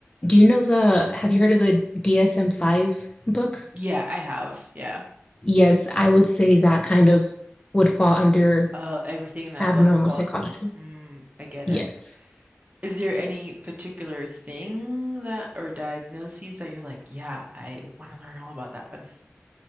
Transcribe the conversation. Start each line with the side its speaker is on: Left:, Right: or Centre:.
Left: do you know the, have you heard of the DSM-5 book?
Right: Yeah, I have. Yeah.
Left: Yes, I would say that kind of would fall under
Right: Uh, everything in that
Left: abnormal
Right: book falls.
Left: psychology.
Right: Mm, I get
Left: Yes.
Right: it. Is there any particular thing that or diagnoses that you're like, yeah, I want to learn all about that one?